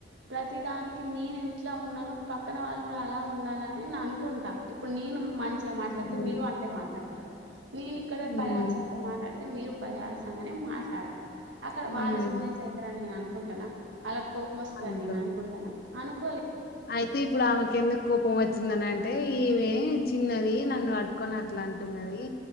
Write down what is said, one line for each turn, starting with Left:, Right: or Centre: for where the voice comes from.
Right: ప్రతిదా దానికి నేను ఎంట్లా ఉన్నానో పక్కన వాళ్ళు కూడా అలా ఉ ఉండాలనే నా అనుకుంటా ఇప్పుడు నేను మంచిగా మాట్లాడితే
Left: మ్మ్
Right: మీరు అంటే మాట్లాడతారు కదా నేను ఇక్కడ
Left: మ్మ్
Right: పరిహాసంతో మాట్లాడితే మీరు పరిహాసంగానే మాట్లాడాలి అక్కడ
Left: మ్మ్
Right: వాళ్ళు సీరియస్ అవుతారని నేను అనుకుంటాన్నా వాళ్ళ కోపం వస్తుందని
Left: అనుకోను
Right: నేను అనుకుంటాన్నా అనుకు
Left: అయితే ఇప్పుడు ఆమెకి ఎందుకు కోప్ పోము వచ్చిందని అంటే ఇవే చిన్నది నన్ను పట్టుకొని అట్లా అంటున్నది